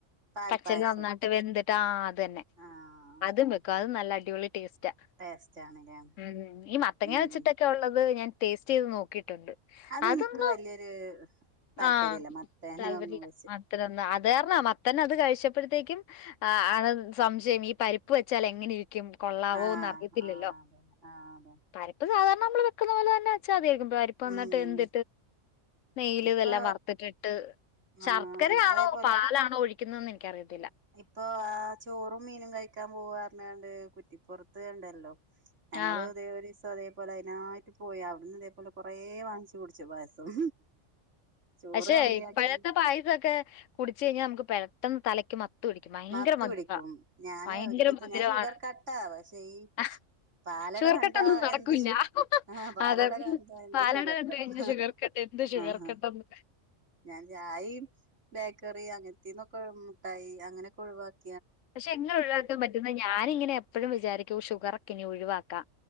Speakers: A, on the right; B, on the left.
A: പാൽപ്പായസോ
B: പച്ചരി നന്നായിട്ട് വെന്തിട്ട് ആ അത് തന്നെ
A: ആഹ്
B: അതും വെക്കും അത് നല്ല അടിപൊളി ടെസ്റ്റാ
A: ടേസ്റ്റ് ആണ്ല്ലേ
B: ഉം ഈ മത്തങ്ങ
A: ഉം
B: വെച്ചിട്ടൊക്കെ ഉള്ളത് ഞാൻ ടേസ്റ്റ് ചെയ്ത് നോക്കിയിട്ടുണ്ട്.
A: അത്
B: അതൊന്നും
A: ഇൻക്ക് വല്യൊരു താല്പര്യല്ല
B: ആ
A: മത്തനെ
B: തല്പര്യല്ല
A: ഒന്നും വെച്ച്
B: അത്രൊന്നൊനും വേർണം മത്തന് അത് കഴിച്ചപ്പോഴത്തേക്കും ആ സംശയം ഈ പരിപ്പ് വെച്ചാൽ എങ്ങനെ ഇരി ഇരിക്കും കൊള്ളാവോ
A: ആഹ്
B: എന്ന് അറിയത്തില്ലല്ലോ
A: ആഹ് അതന്നെ ആഹ് അതെ
B: പരിപ്പ് സാധാ നമ്മൾ വെക്ക്ണ പോലെ തന്നെ വെച്ചമതിയായിരിക്കും പരിപ്പ് നന്നായിട്ട്
A: ഉം
B: വെന്ത് നെയ്യ്ല്
A: ഇപ്പൊ
B: എല്ലാം വറത്തിട്ടിട്ട്
A: ആഹ്
B: ശർക്കരയാണോ
A: അതേപോലെ
B: പാലാണോ കുഴിക്കുന്നത് എന്ന് എനിക്കറിയാം
A: ഇപ്പൊ ആ ചോറും മീനും കഴിക്കാൻ പോകാർഞ്ഞാണ്ട് കുറ്റിപ്പുറത്ത് ഇണ്ടല്ലോ ഞങ്ങള്
B: ആഹ്
A: ഇതേ ഒരീസം അതേ പൊലെ അതിനായിട്ട് പോയി അവിടുന്ന് ഇതേപോലെ കൊറേ വാങ്ങിച്ചു കുടിച്ചു പായസം. ചോറ്
B: പക്ഷെ
A: കമ്മിയാക്കി
B: ഇപ്പഴത്തെ പായസക്കെ കുടച്ച് കഴിഞ്ഞാൽ നമുക്ക് പെട്ടെന്ന് തലയ്ക്ക് മത്ത മത്ത് പിടിക്കും ഭയങ്കര
A: മത്ത്
B: മധുര
A: പിടിക്കും ഞാന്
B: ഭയങ്കര
A: ഒരുവിധം
B: മധുരാണ്
A: ഞാൻ ഷുഗർ കട്ടാ പക്ഷെ ഈ
B: ഹ
A: പാലട
B: ഷുഗർ
A: കണ്ടാ
B: കട്ട്‌ ഒന്നും നടക്കൂല്ല
A: എന്ത് ഷു ആഹ് പാലട
B: അതെ
A: കണ്ടാ എന്ത്
B: പാലട
A: ഷുഗർ
B: കണ്ട്
A: കട്ടാ
B: കഴിഞ്ഞാ ഷുഗർ കട്ട് എന്ത് ഷുഗർ
A: ആഹാ
B: കട്ടന്ന്
A: ഞാൻ ചായിം ബേക്കറി അങ്ങനത്തീന്നൊക്കെ മുിട്ടായി അങ്ങനെയൊക്കെ ഒഴിവാക്കി
B: പക്ഷെ എങ്ങനെ ഒഴിവാക്കാൻ പറ്റുന്ന ഞാനിങ്ങനെ എപ്പഴും വിചാരിക്കും ഷുഗർ ഒക്കെ ഇനി ഒഴിവാ ക